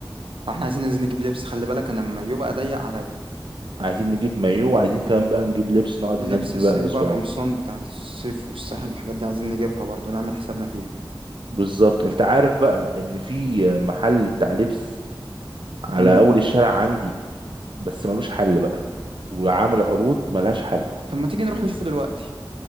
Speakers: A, on the right; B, on the right.
A: واحنا عايزين ننزل نجيب لبس خلي بالك انا لما يبقى ضيق عليا
B: عايزين نجيب مايو وعايزين كمان بقى نجيب لبس نقعد
A: لبس
B: هناك بيه
A: الصيف
B: بقى الاسبوعين
A: بقى القمصان بتاعت الصيف والساحل والحاجات دي عايزين نجيبها برضو نعمل حسابنا فيها
B: بالظبط انت عارف بقى ان في محل بتاع لبس على
A: امم
B: اول الشارع عندي بس ملوش حل بقى وعامل عروض ملهاش حل
A: طب ما تيجي نروح نشوفه دلوقتي